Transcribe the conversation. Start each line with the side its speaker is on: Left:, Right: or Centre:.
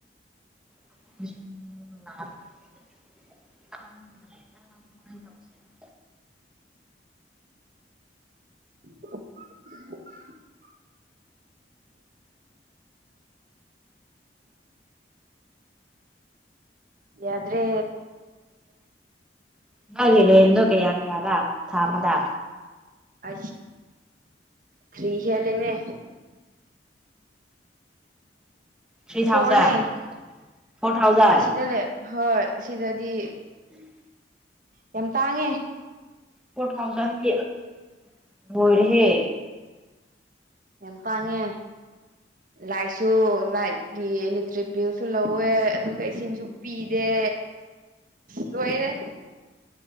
Centre: <unintelligible> ꯈꯗ꯭ꯔꯦ ꯂꯉꯥꯏ ꯇꯧꯁꯤꯦꯔ
Right: <unintelligible> ꯌꯥ꯭ꯔꯦ
Centre: ꯒꯂꯣ ꯀꯌꯥ ꯀꯌꯥꯗ ꯊꯥꯃꯗ
Right: ꯑ ꯐꯔꯤ ꯍꯂꯅꯦ
Centre: ꯊ꯭ꯔꯤ ꯊꯥꯎꯖꯟ
Right: ꯐꯣꯔꯅꯦ
Centre: ꯐꯣꯔ ꯊꯥꯎꯖꯟ
Right: ꯑꯁꯤꯗ ꯂꯩ ꯍꯣꯏ ꯁꯤꯗꯗꯤ
Centre: ꯎꯝ
Right: ꯌꯥꯝ ꯇꯥꯡꯉꯦ
Centre: ꯐꯣꯔ ꯊꯥꯎꯖꯟꯣꯏꯔꯍꯦ
Right: ꯑꯦ ꯇꯥꯉꯦ ꯂꯥꯏꯁꯨ ꯂꯥꯏꯠꯒꯤ ꯏꯂꯦꯛꯇ꯭ꯔꯤꯛ ꯕꯤꯜꯁꯨ ꯂꯧꯋꯦ ꯑꯗꯨꯒ ꯏꯁꯤꯡꯁꯨ ꯄꯤꯗꯦ ꯑꯣꯏꯣꯏꯔꯦ